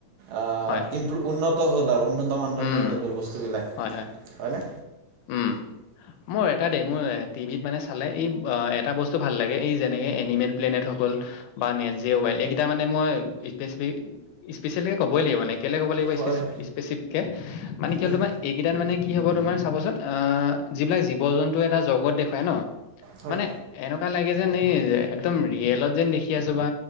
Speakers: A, on the right; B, on the left.
A: আ
B: হয়
A: ইনপ্ৰুভ উন্নত হ'ল আৰু। উন্নত মানদণ্ডৰ
B: উম
A: হৈ গ'ল বস্তুবিলাক
B: হয় হয়
A: হয়নে?
B: উম, মোৰ এটা দেই মোৰ টিভিত মানে চা চালে এই এটা বস্তু ভাল লাগে, এই যেনেকে এনিমেল প্লেনেটসকল বা নেট জিঅ' ওৱাইল এইকেইটা মানে মই স্পেচফি স্পেচিয়েলকে ক'বই লাগিব মানে। কেলেই ক'ব লাগিব
A: হয়
B: স্পেচ
A: হয়
B: স্পেচিফকে, মানে কি হ'ল
A: উম
B: তোমাৰ এইকেইটাত মানে কি হ'ব তোমাৰ চাবচোন, অ' যিবিলাক জীৱ জন্তুৱে এটা জগত দেখুৱাই ন'।
A: হয়
B: মানে এনেকুৱা লাগে যেন এই একদম ৰিয়েলত যেন দেখি আছো বা।